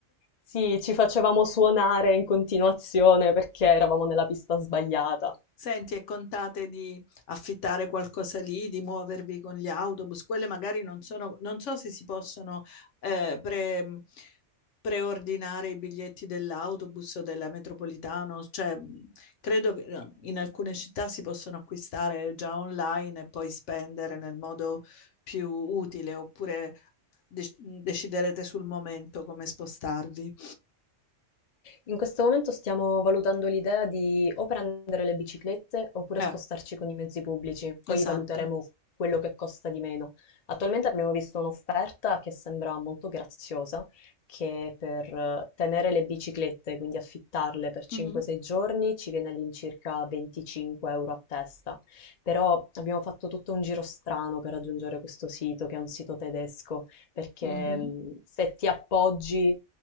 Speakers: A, on the left; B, on the left.
A: Sì, ci facevamo suonare in continuazione perché eravamo nella pista sbagliata.
B: Senti, e contate di affittare qualcosa lì, di muovervi con gli autobus? Quelle magari non sono, non so se si possono eh, pre- preordinare i biglietti dell'autobus o della metropolitana, cioè mh, credo che no, in alcune città si possono acquistare già online e poi spendere nel modo più utile, oppure dec- deciderete sul momento come spostarvi.
A: In questo momento stiamo valutando l'idea di o prendere le biciclette oppure
B: Eh,
A: spostarci con i mezzi pubblici, poi
B: esatto.
A: valuteremo quello che costa di meno. Attualmente abbiamo visto un'offerta che sembra molto graziosa, che per eh, tenere le biciclette, quindi affittarle per 5-6
B: Mhm,
A: giorni, ci viene all'incirca 25 euro a testa. Però abbiamo fatto tutto un giro strano per raggiungere questo sito, che è un sito tedesco, perché
B: mhm.
A: mh, se ti appoggi